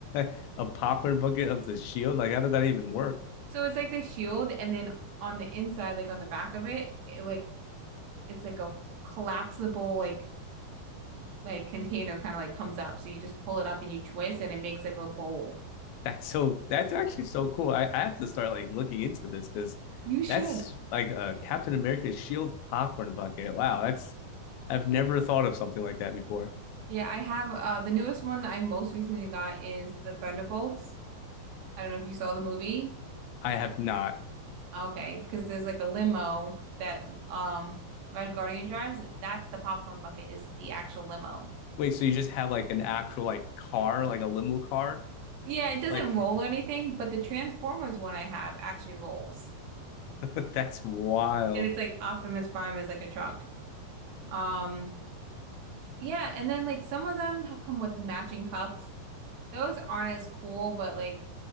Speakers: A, on the left; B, on the right.
A: <laughs> a popcorn bucket of the shield? Like how does that even work?
B: So it's like the shield and then on the inside, like on the back of it, it like it's like a collapsible like like container kind of like comes up. So you just pull it up and you twist and it makes like a bowl.
A: That's so that's actually so cool. I, I have to start like looking into this because
B: You should.
A: that's like a Captain America shield popcorn bucket. Wow, that's I've never thought of something like that before.
B: Yeah, I have uh the newest one I most recently got is the Thunderbolts. I don't know if you saw the movie.
A: I have not.
B: Okay, because there's like a limo that um Red Guardian drives. That's the popcorn bucket is the actual limo.
A: Wait, so you just have like an actual like car, like a limo car?
B: Yeah, it doesn't
A: Like
B: roll or anything, but the Transformers one I have actually rolls.
A: <laughs> that's wild.
B: And it's like Optimus Prime is like a truck. Um yeah, and then like some of them ha- come with matching cups. Those aren't as cool, but like,